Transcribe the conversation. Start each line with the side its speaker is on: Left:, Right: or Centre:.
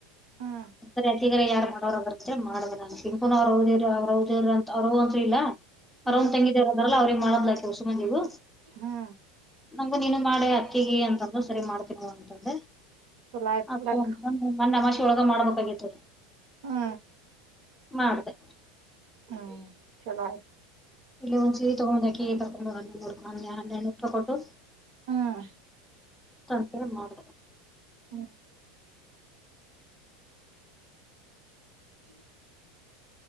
Right: ಹ್ಮ್
Centre: ಗಾರ ಯಾರಾರ್ ಮಾಡೋರು ಬರ್ತ ಮಾಡ್ಬ ಅಂತ ತಿಕುನ ಅವರು ಹದರು ಅವ್ರರುದರು ಅಂತ ಅವ್ರು ಅಂತರು ಇಲ್ಲ ಪರವ್
Right: ಹ್ಮ್
Centre: ತಂಗಿದರದಲ್ಲ ಅವ್ರಿಗೆ ಮಾಡ್ಲಯತ ಸುಮನಜೀವು
Right: ಹಾ
Centre: ನಂಗು ನೀನು ಮಾಡೆ ಅತ್ತಿಗೆ ಅಂತಂದ್ರ ಸರಿ ಮಾಡ್ತೀನ ಅಂತಂದೆ
Right: ಚಲೋ ಆಯ್ತ್
Centre: ಹ
Right: ಬಿಡಕ್
Centre: ಮನ್ನಮಾಷಿ ಒಳಗ ಮಾಡ್ಬೇಕಾಗಿತ್ತು
Right: ಹ್ಮ
Centre: ಮಾಡ್ದ
Right: ಹ್ಮ್ ಚಲ
Centre: ಇಲ್ಲಿ ಒಂದ್ ಸ ತೊಗೊಂಡ್ ಹಾಕಿ ತೊಂಡ ಹ ಹೆ ತಕೊಂಡು
Right: ಹ್ಮ್
Centre: ತಕ ಮಾಡ
Right: ಹ ಹ